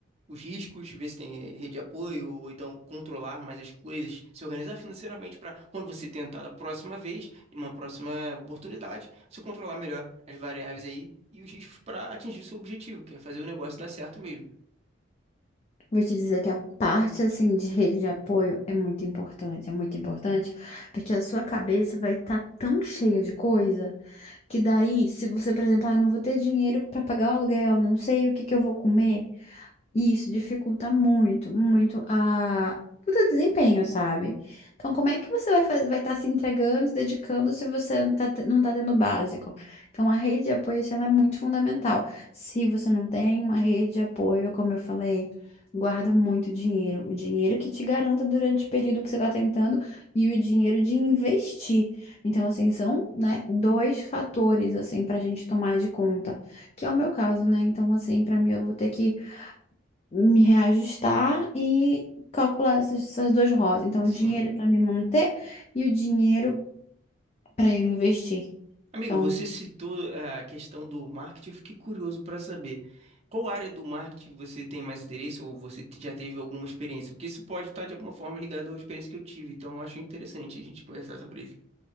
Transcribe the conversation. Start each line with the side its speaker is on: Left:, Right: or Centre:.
Right: Os riscos, ver se tem rede de apoio, ou então controlar mais as coisas, se organizar financeiramente para quando você tentar da próxima vez, em uma próxima oportunidade, você controlar melhor as variáveis aí e os riscos para atingir o seu objetivo, que é fazer o negócio dar certo mesmo.
Left: Vou te dizer que a parte assim de rede de apoio é muito importante, é muito importante, porque a sua cabeça vai estar tão cheia de coisa que daí, se você, por exemplo, ah, não vou ter dinheiro para pagar o aluguel, não sei o que que eu vou comer, e isso dificulta muito, muito a... o teu desempenho, sabe? Então, como é que você vai fazer, vai estar se entregando, se dedicando se você não tá, te- não tá tendo o básico? Então, a rede de apoio, assim, ela é muito fundamental. Se você não tem uma rede de apoio, como eu falei, guarda muito dinheiro. O dinheiro que te garanta durante o período que você está tentando e o dinheiro de investir. Então, assim, são, né, dois fatores, assim, pra gente tomar de conta. Que é o meu caso, né? Então, assim, pra mim, eu vou ter que me reajustar e calcular essas, essas duas rotas. Então,
Right: Sim.
Left: o dinheiro para me manter e o dinheiro para eu investir.
Right: Amiga,
Left: Então,
Right: você citou eh, a questão do marketing, eu fiquei curioso para saber qual área do marketing você tem mais interesse ou você te- já teve alguma experiência? Porque isso pode estar de alguma forma ligado à experiência que eu tive, então eu acho interessante a gente conversar sobre isso.